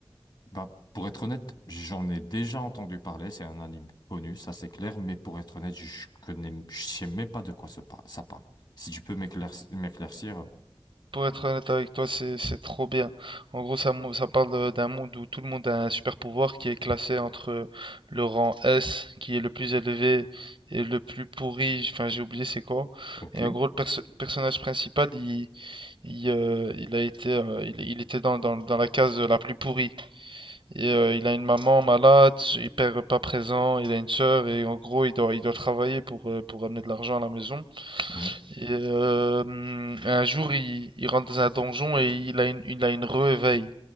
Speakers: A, on the left (about 55°); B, on the right (about 70°).
A: Bah, pour être honnête, j'en ai déjà entendu parler. C'est un anime connu, ça c'est clair. Mais pour être honnête, je connais, je sais même pas de quoi se par- ça parle. Si tu peux m'éclairci- m'éclaircir. euh,
B: Pour être honnête avec toi, c'est c'est trop bien. En gros, ça, mo- ça parle euh, d'un monde où tout le monde a un super pouvoir qui est classé entre le rang S, qui est le plus élevé, et le plus pourri. Enfin, j'ai oublié c'est quoi.
A: Ok.
B: Et en gros, le perso- personnage principal, il, il, euh, il a été, euh, il, il était dans, dans, dans la case la plus pourrie. Et euh, il a une maman malade, s- pas présent, il a une sœur, et en gros, il doit, il doit travailler pour, euh, pour amener de l'argent à la maison.
A: Mhm.
B: Et, euh, hum, un jour, il, il rentre dans un donjon et il a une, il a une re-éveil.